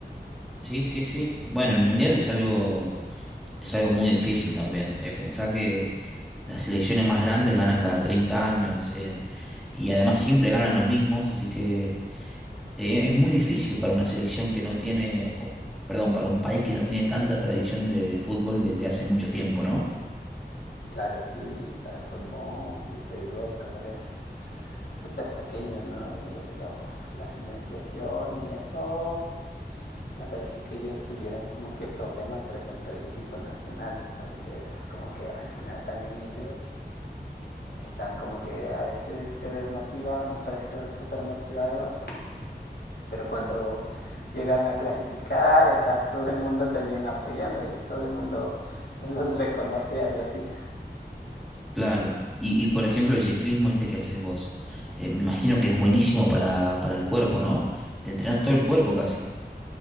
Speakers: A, in the centre; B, on the left (about 70°).
A: Sí, sí, sí. Bueno, el Mundial es algo, es algo muy difícil también. Eh, pensá que las selecciones más grandes ganan cada 30 años, eh, y además siempre ganan los mismos, así que... Eh, es muy difícil para una selección que no tiene, o, perdón, para un país que no tiene tanta tradición de, de fútbol desde hace mucho tiempo, ¿no?
B: Claro, sí, y para colmo, como te digo, Ecuador es súper pequeño, ¿no? Y los, la financiación y eso, me parece que ellos tuvieron como que problemas, por ejemplo, el equipo nacional, entonces como que al final también ellos están como que a veces se desmotivan, otras veces súper motivados Pero cuando llegan a clasificar, está todo el mundo también apoyando y todo el mundo los reconoce, algo así.
A: Claro. Y, y, por ejemplo, el ciclismo este que haces vos, eh, me imagino que es buenísimo para, para el cuerpo, ¿no? Te entrenás todo el cuerpo casi.